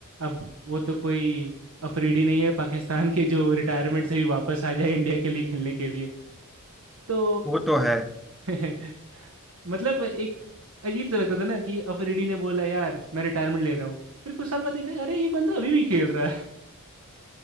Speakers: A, on the right; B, in the centre.
A: अब वो तो कोई अफरीदी नहीं है पाकिस्तान के जो रिटायरमेंट से भी वापस आ जाए इंडिया के लिए खेलने के लिए तो
B: वो तो है
A: <laughs> मतलब एक अजीब सा लगता था ना कि अफरीदी ने बोला यार मैं रिटायरमेंट ले रहा हूँ फिर कुछ साल बाद देख रहे हैं, अरे ये बंदा अभी भी खेल रहा है